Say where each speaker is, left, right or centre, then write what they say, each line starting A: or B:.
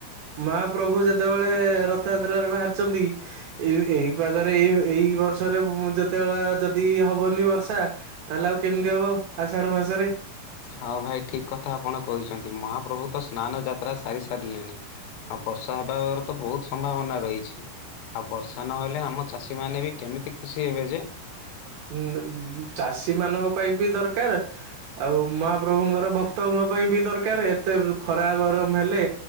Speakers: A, on the right (about 70°); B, on the left (about 80°).
A: ମାହା ପ୍ରଭୁ ଯେତେବେଳେ ରଥଯାତ୍ରାରେ ବାହାରିଛନ୍ତି ଏଇ ଏଇପାଗରେ ଏଇ ଏଇ ବର୍ଷରେ ବ ଯେତେବେଳେ ଯଦି ହବନି ବର୍ଷା ତାହେଲେ ଆଉ କେମିତି ହବ ଆଷାଢ ମାସ ରେ।
B: ହଁ ଭାଇ ଠିକ୍ କଥା ଆପଣ କହିଛନ୍ତି ମହାପ୍ରଭୁ ତ ସ୍ନାନ ଯାତ୍ରା ସାରି ସାରିଲେଣି। ଆଉ ବର୍ଷା ହେବାର ତ ବହୁତ୍ ସମ୍ଭାବନା ରହିଛି। ଆଉ ବର୍ଷା ନହେଲେ ଆମ ଚାଷୀମାନେ ବି କେମିତି ଖୁସି ହେବେ ଯେ।
A: ଉଁ ବ ଚାଷୀ ମାନଙ୍କ ପାଇଁ ବି ଦରକାର୍ ଆଉ ମହାପ୍ରଭୁଙ୍କର ଭକ୍ତଙ୍କ ପାଇଁ ବି ଦରକାର୍ ଏତେ ଖରା ଗରମ ହେଲେ